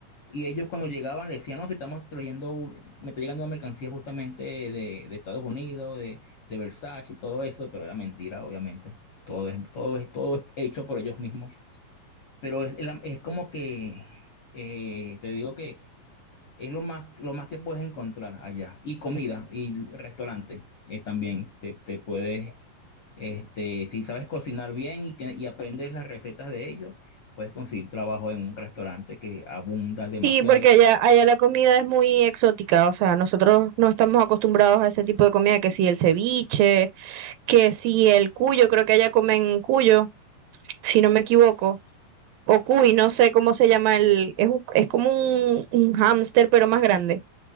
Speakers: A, on the left (about 65°); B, on the right (about 80°).
A: Y ellos cuando llegaban le decían, no, si estamos trayendo, un- me está llegando una mercancía justamente de, de Estados Unidos, de, de Versace y todo eso, pero era mentira, obviamente. Todo es, todo es, todo es hecho por ellos mismos. Pero es, es la- es como que, eh, te digo que es lo más, lo más que puedes encontrar allá. Y comida y restaurantes eh, también. Te, te puedes, este, si sabes cocinar bien y, te- y aprendes las recetas de ellos, puedes conseguir trabajo en un restaurante que abunda demasiado.
B: Sí, porque allá, allá la comida es muy exótica, o sea, nosotros no estamos acostumbrados a ese tipo de comida, que si el ceviche, que si el cuyo, creo que allá comen cuyo, si no me equivoco, o cuy, no sé cómo se llama el, es, un- es como un, un hámster, pero más grande.